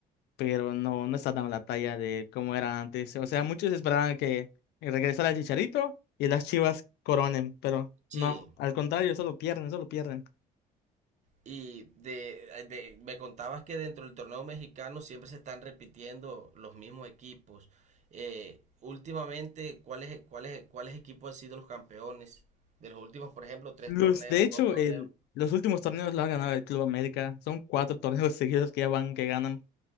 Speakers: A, on the left; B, on the right.
A: pero no, no está dando la talla de cómo era antes. O sea, muchos esperaban que regresara el Chicharito y las Chivas coronen, pero
B: Sí.
A: no, al contrario, solo pierden, solo pierden.
B: Y de, de- me contabas que dentro del torneo mexicano siempre se están repitiendo los mismos equipos. Eh, últimamente, ¿cuáles, cuáles, cuáles equipos han sido los campeones de los últimos, por ejemplo, tres
A: Los,
B: torneos,
A: de hecho,
B: dos torneos?
A: el, los últimos torneos lo ha ganado el Club América. Son cuatro <laughs> torneos seguidos que ya van, que ganan.